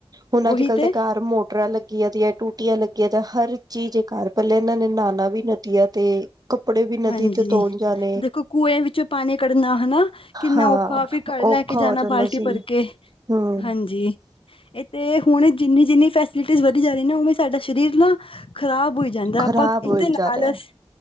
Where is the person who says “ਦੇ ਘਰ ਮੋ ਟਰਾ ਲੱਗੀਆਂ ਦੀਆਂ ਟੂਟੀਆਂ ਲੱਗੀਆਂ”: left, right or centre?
Right